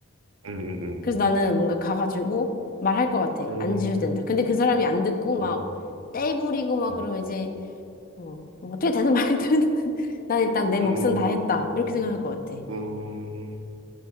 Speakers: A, on the right (about 80°); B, on the left (about 45°).
A: 음, 음,
B: 그래서 나는 뭔가 가가지고 말할 것 같아.
A: 음,
B: 안 지셔도
A: 음,
B: 된다. 근데 그 사람이 안 듣고 막
A: 음,
B: 떼부리고 막
A: 음.
B: 그러면 이제 어, 뭐 어떻게 되든 말든 <laughs> 난 일단 내 몫은
A: 음,
B: 다 했다. 이렇게 생각할 것 같아.
A: 음,